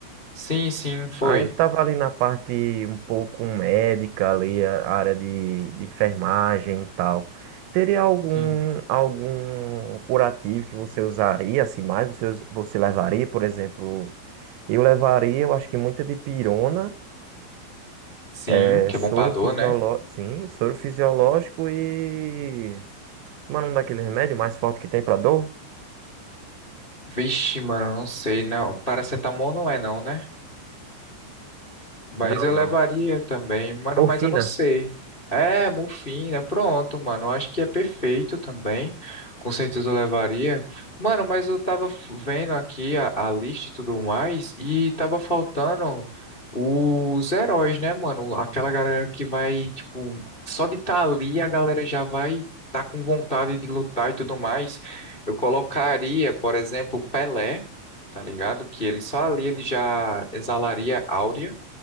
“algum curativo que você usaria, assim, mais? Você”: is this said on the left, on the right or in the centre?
Right